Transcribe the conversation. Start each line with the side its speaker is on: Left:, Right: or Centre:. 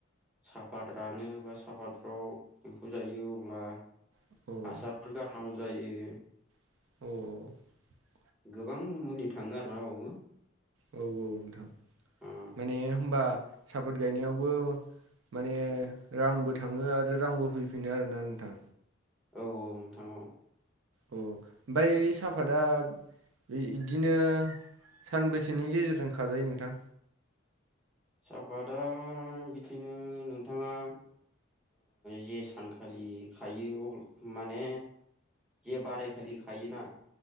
Centre: सापात रानो बा सापतफ्राव एम्फौ जायो अब्ला
Right: अ औ
Centre: हासारफोर गारनांगौ जायो।
Right: औ
Centre: गोबां मुलि थाङो आरोना बावबो
Right: औ औ नोंथां
Centre: ओ
Right: माने होनबा सापात गायनायावबो माने रांबो थाङो आरो रांबो फैफिनो आरोना नोंथां
Centre: औ औ नोंथां औ
Right: अ ओमफ्राय साफादा बे इदिनो सानबैसेनि गेजेरजों खाजायो नोंथां
Centre: साफादआ बिदिनो नोंथाङा जे सानखालि खायो माने जे बाराय खालि खायोना